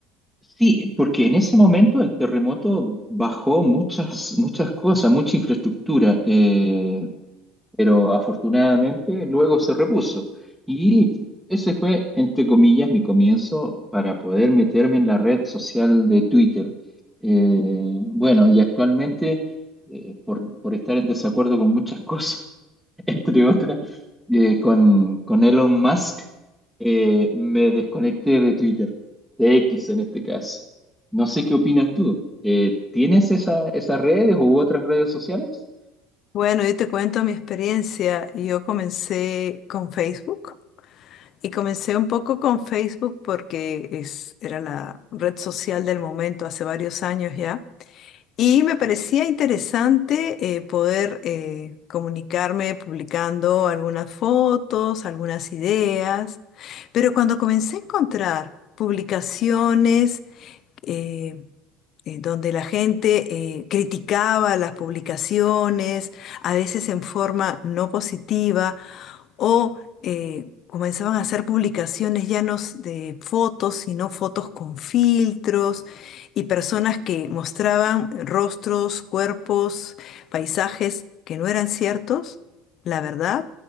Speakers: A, in the centre; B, on the left (about 40°).
A: sí, porque en ese momento el terremoto bajó muchas, muchas cosas, mucha infraestructura. eh, pero afortunadamente luego se repuso. Y ese fue, entre comillas, mi comienzo para poder meterme en la red social de Twitter. Eh, bueno, y actualmente, eh, por, por estar en desacuerdo con muchas cosas, <laughs> entre otras, eh, con, con Elon Musk, eh, me desconecté de Twitter, de X en este caso. No sé qué opinas tú. Eh, ¿tienes esa, esas redes u otras redes sociales?
B: Bueno, yo te cuento mi experiencia. Yo comencé con Facebook y comencé un poco con Facebook porque es, era la red social del momento hace varios años ya. Y me parecía interesante eh, poder eh, comunicarme publicando algunas fotos, algunas ideas, pero cuando comencé a encontrar publicaciones eh, eh, donde la gente eh, criticaba las publicaciones, a veces en forma no positiva, o eh, comenzaban a hacer publicaciones ya no s- de fotos, sino fotos con filtros y personas que mostraban rostros, cuerpos, paisajes que no eran ciertos, la verdad,